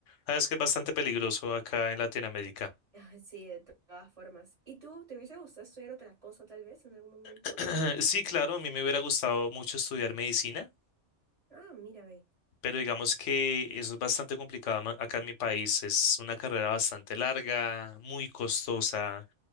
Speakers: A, on the left; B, on the right.
A: sabes que es bastante peligroso acá en Latinoamérica.
B: <laughs> Ay, Sí, de to- todas formas. ¿Y tú, te hubiese gustado estudiar otra cosa tal vez en algún momento?
A: <clears throat> Sí, claro, a mí me hubiera gustado mucho estudiar medicina,
B: Ah, mira, ve.
A: pero digamos que eso es bastante complicado ma- acá en mi país. Es una carrera bastante larga, muy costosa.